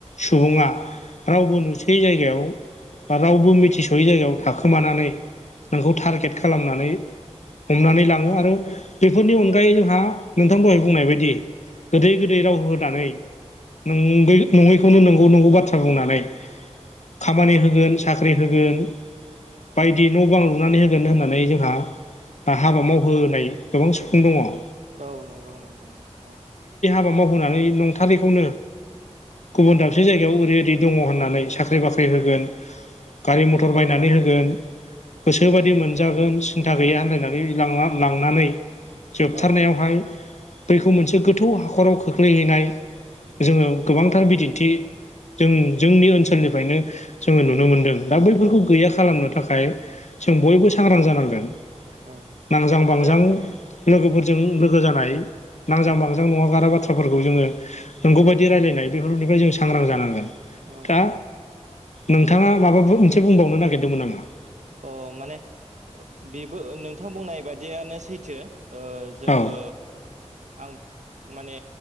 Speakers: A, on the left; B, on the right.
A: सुबुङा रावबो नु बे जायगायाव बा रावबो मिथिसयै जायगायाव थाखोमानानै नोंखौ
B: औ
A: टारगेट खालामनानै हमनानै लाङो आरो बेफोरनि अनगायै जोंहा नोंथां दहाय बुंनाय बायदि। गोदै गोदै राव होनानै न नङैखौनो नंगौ नंगौ बाथ्रा बुंनानै। खामानि होगोन साख्रि होगोन। बायदि न बां लुनानै होगोन होननानै जोंहा। हाबा मावहोनाय गोबां सुबुं दङ।
B: औ नंगौ नंगौ औ
A: बा मावहानै नंथारैखौनो गुबुन दाबसे जायगायाव ओरै ओरै दङ होननानै साख- साख्रि बाख्रि होगोन गारि मथर बायनानै होगोन। गोसोबायदि मोनजागोन सिन्था गैया होनलायनानै लांनानै। जोबथारनायावहाय
B: औ
A: बैखौ मोनसे गोथौ हाखराव खोख्लैहैनाय
B: औ
A: जोङो। गोबांथार बिदिन्थि जों जोंनि ओनसोलनिफ्रायनो जोङो नुनो मोनदों। दा बैफोरखौ
B: औ
A: गैया खालामनो थाखाय जों बयबो सांग्रां जानांगोन।
B: औ
A: नांजां बांजां
B: आरो
A: लोगोफोरजों लोगो जानाय। नांजां
B: औ
A: बांजां नङागारा बाथ्राफोरखौ जोङो नंगौ
B: औ
A: बायदि रायलायनाय बेफोरनिफ्राय जों सांग्रां जानांगोन।
B: औ
A: दा
B: औ
A: नोंथाङा माबाबो मोनसे बुंबावनो नागिरदोंमोन नामा।
B: अ माने बेबो नोंथां बुंनाय बादियानो सैथो ओ जोङो
A: औ
B: आं माने